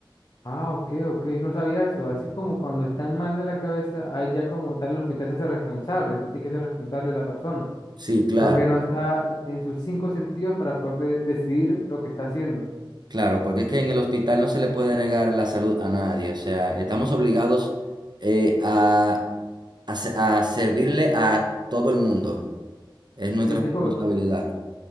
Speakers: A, on the left; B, on the right.
A: Ah, ok, ok, no sabía eso. Así como cuando están mal de la cabeza, ahí ya como tal el hospital se hace responsable, se tiene que ser responsable de la persona,
B: Sí, claro.
A: porque no está en sus cinco sentidos para poder de- decidir lo que está haciendo.
B: Claro, porque es que en el hospital no se le puede negar la salud a nadie, o sea, estamos obligados eh, a, a se- a servirle a todo el mundo, es nuestra
A: Sí, ya
B: responsabilidad.
A: es como-